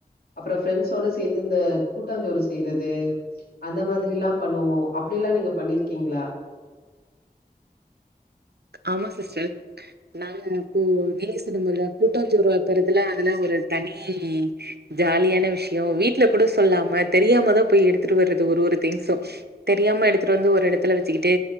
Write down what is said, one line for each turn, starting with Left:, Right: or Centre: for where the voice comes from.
Left: அப்புறம் ப்ரெண்ஸ்ஸோட சேர்ந்து இந்த கூட்டாஞ்சோறு செய்றது அந்த மாதிரி எல்லா பண்ணுவோம் அப்டி எல்லா நீங்க பண்ணிருக்கீங்களா
Right: ஆமா சிஸ்டர் நாங்க அப்போ நீங்க சோன்னிங்குள கூட்டாஞ்சோறு ஆக்குறதுல அதுலா ஒரு தனி ஜாலியான விஷயோ வீட்டுல கூட சொல்லாம தெரியாமதா போய் எடுத்துட்டு வரது ஒரு ஒரு திங்சூ தெரியாம எடுத்துட்டு வந்து ஒரு எடத்துல வெச்சுக்கிட்டு